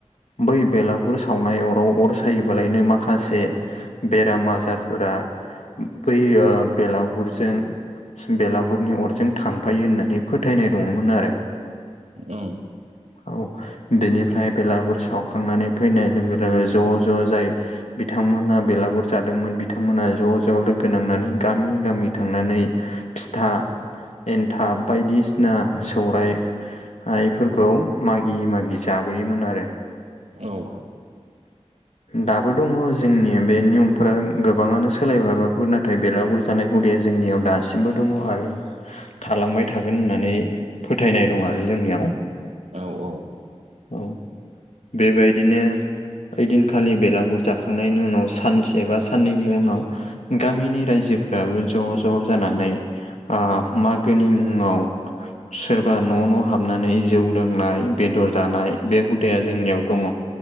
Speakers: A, on the left; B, on the right.
A: बै बेलागुर सावनाय अराव अर सायोबालायनो माखासे बेराम आजारफोरा बै ओ बेलागुरजों बेलागुरनि अरजों थांफायो होननानै फोथायनाय दङमोन आरो।
B: औम।
A: औ बेनिफ्राय बेलागुर सावखांनानै फैनाय लोगो लोगो ज' ज' जाय बिथांमोना बेलागुर जादोंमोन बिथांमोना ज' ज' लोगो नांनानै गामि गामि थांनानै फिथा एन्थाब बायदिसिना सौराय आइफोरखौ मागि मागि जाबोयोमोन आरो।
B: औ
A: दाबो दङ' जोंनि बे नियमफोरा गोबाङानो सोलायबाबाबो नो नाथाय बेलागुर जानाय हुदाया जोंनियाव दासिमबो दङ' आरो। थालांबाय थागोन होननानै फोथायनाय दं आरो जोंनियाव।
B: औ औ।
A: औ। बेबायदिनो ओइदिनखालि बेलागुर जाखांनायनि उनाव सानसे बा साननैनि उनाव गामिनि रायजोफोराबो ज' ज' जानानै ओ मागोनि मुङाव सोरबा न' न' हाबनानै जौ लोंनाय बेदर जानाय बे हु दाया जोंनियाव दङ'